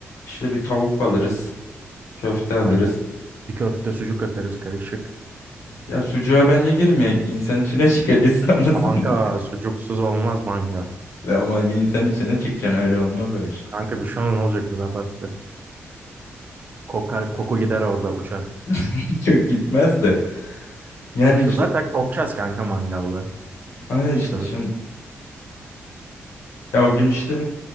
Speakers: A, on the left; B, on the right.
A: işte bir tavuk alırız, köfte alırız.
B: Aynen. Bir köfte sucuk atarız karışık.
A: Ya sucuğa bence girmeyek. insan içine çıkacağız sonrasında.
B: Kanka sucuksuz olmaz mangal.
A: <laughs> Ama insan içine çıkacaksın öyle olmaz o iş.
B: Kanka bir şey olmaz, ne olacak Luna Park'ta? Koka, koku gider orada uçar.
A: <laughs> Çok gitmez de. Yani
B: Şu
A: işte
B: zaten kokacağız kanka mangalda
A: aynen
B: üstümüz.
A: işte şimdi ya o gün işte